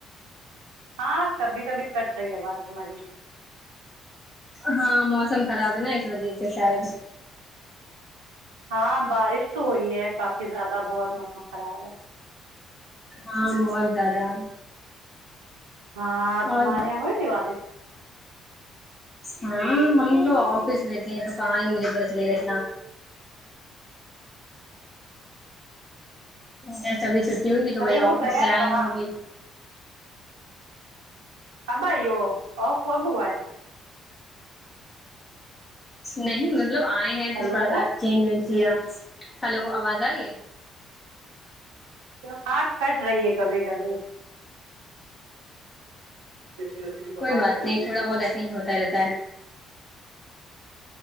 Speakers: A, on the right; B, on the left.
A: ہاں کبھی کبھی کٹ رہی آواز تمہاری
B: ہاں موسم خراب ہے نا اس وجہ سے شاید
A: ہاں بارش تو ہوئی ہے کافی زیادہ بہت موسم خراب ہے
B: ہاں بہت زیادہ
A: ہاں تمہارے
B: اور
A: یہ ہوئی تھی بارش
B: ہاں ہم تو آفس میں تھے تو کہاں ہی مجھے پتاہ چلے گا اتنا جیسے ابھی چھٹی ہوئیگی تو وہی
A: ارے وہ
B: آفس
A: گیا
B: سے
A: ہے
B: آئی
A: وہاں
B: ہوں ابھی
A: اب ائی ہو اوف اب ہوا ہے
B: نہیں مطلب آئے ہیں
A: ہیلو
B: تو تھوڑا سا چینج وینج کیا ہلو وہ آواز آ رہی ہے
A: ہاں کٹ رہی ہے کبھی کبھی کاات <unintelligible>
B: کوئی بات نہیں تھوڑا بہت ایسے ہوتا رہتا ہے